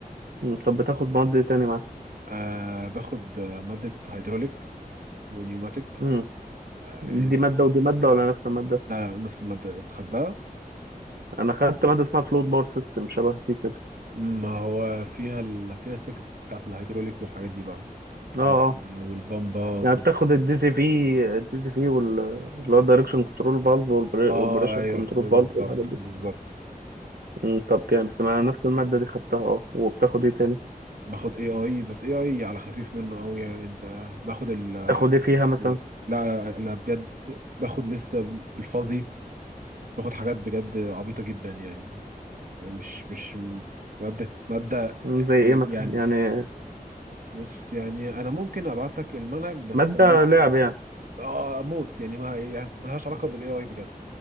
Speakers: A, on the right (about 85°); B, on the right (about 60°).
A: مم. طب بتاخد مواد إيه تاني معاك؟
B: آه باخد آه، ماده هيدروليك ونيوماتيك
A: مم.
B: آه إيه، انت
A: دي مادة ودي مادة ولا نفس المادة؟
B: لا لا نفس الماده انت خدتها
A: أنا خدت مادة اسمها فلويد باور سيستم شبه دي كده
B: ما هو فيها ال... فيها السكس بتاعت الهيدروليك والحاجات دي بقى
A: أه أه
B: وال- والبمبات
A: يعني بتاخد الدي سي في الدي سي في اللي هو الدايركشن كنترول فالف
B: اه
A: والبريشر
B: ايوه
A: كنترول
B: بالظبط
A: فالف والحاجات دي
B: بالظبط
A: مم. طب كام؟ أنا نفس المادة دي خدتها أه وبتاخد إيه تاني؟
B: باخد اي اي بس اي اي على خفيف منه قوي يعني ده باخد ال-
A: تاخد إيه فيها
B: الاساسيات
A: مثلا؟
B: لا لا لا، بجد باخد لسه الفاظي باخد حاجات بجد عبيطه جدا يعني مش مش ماده ماده
A: مم. زي إيه
B: آه،
A: مثلا؟
B: يعني
A: يعني
B: بص يعني انا ممكن ابعت لك المنهج بس
A: مادة
B: انا عايز
A: لعب يعني
B: اه موت يعني ما يعني ما لهاش علاقه بالاي اي بجد